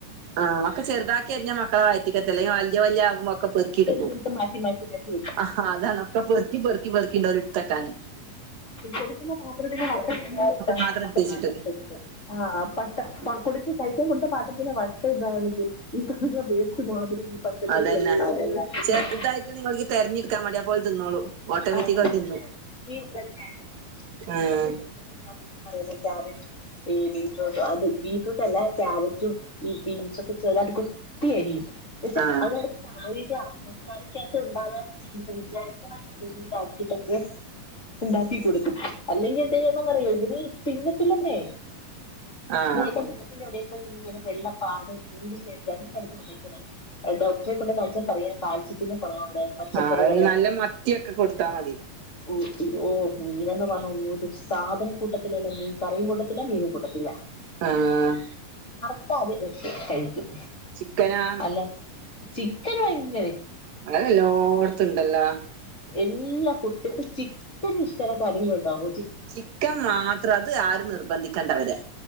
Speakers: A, on the right; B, on the left.
A: ആഹ് ഒക്കെ ചെറുതാക്കി അരിഞ്ഞാ മക്കളെ വറ്റിക്കത്തില്ല വല്യ വല്യ ആകുമ്പോ ഒക്കെ പെറുക്കിടുക്കും.
B: എടുത്തെടുത്ത് മാറ്റി മാറ്റി മാറ്റി വെക്കും
A: അ ഹാ അതാണ് ഒക്കെ പെറ്ക്കി പെറ്ക്കി പെറ്ക്കി ണ്ടോല്ട്ത്തക്കാന്.
B: പൊടിക്കുന്ന പാത്രത്തിന് <unintelligible>
A: മാത്രം എടുത്ത് വെച്ചിട്ട്
B: ആ പട്ട കൊടുക്ക് കഴിക്കാൻ കൊട്ത്ത പാത്രത്തിന്റെ വട്ട ഇന്താണിക്കും ഈ കഴ വേസ്റ്റ് മാതിരി ഈ പച്ചക്കറികളെല്ലാം
A: അതന്നെ
B: ഇങ്ങനെ
A: ചെറ്തായിട്ട് നിങ്ങൾക്ക് തെർഞ്ട്ക്കാൻ മടിയ പോലെ തിന്നോളും ഓട്ടോമാറ്റിക്കായി
B: ആ, തിന്നോളും.
A: തിന്നും.
B: <unintelligible>
A: ഉം
B: ഈ ബീറ്റ്റൂട്ടും അത് ബീറ്റ്റൂട്ട ല്ല ക്യാരറ്റും ഈ ബീൻസൊക്കെ ചേർതായിട്ട് കൊത്തി അരിയും <unintelligible> ആ
A: ആഹ്
B: മസാലക്കകത് ഉണ്ടാകണോന്ന് വിചാരിക്കണന്നെ <unintelligible> ഉണ്ടാക്കി കൊടുക്കും അല്ലെങ്കി എന്ത് ചെയ്യണംന്നറിയോ ഇവര് തിന്നത്തില്ലന്നെ.
A: ആഹ്
B: <unintelligible> ഇങ്ങനെ വെള്ളപ്പാട് രണ്ട് സൈ രണ്ടടുത്തും വന്നെക്കണ് ഡോക്ടറെ കൊണ്ട് കാണിച്ചപ്പോ പറയാ കാഴ്ച ശക്തി റാട് പച്ചക്കറികള്
A: ആഹ് അത് നല്ല മത്തിയൊക്കെ കൊടുത്താ മതി
B: ഊട്ടി ഓ മീനന്ന് പറഞ്ഞ ഒരു സാധനം കൂട്ടത്തിലല്ലോ മീൻ കറിയും കൂടെ ല്ല മീനും കൂട്ടത്തില്ല.
A: ആഹ്
B: ക്കെ കഴിക്കും
A: ചിക്കനാ
B: അല്ല ചിക്കന് ഭ
A: മഴ ഏല്ലോട്ത്ത്‌ണ്ടല്ലോ.
B: എല്ലാ കുട്ടിക്കും ചിക്കന് ഇഷ്ടല്ലാത്ത ആരെങ്കിലുംണ്ടാവോ?
A: ചിക്കം മാത്രം അത് ആരും നിർബന്ധിക്കണ്ടവരെ.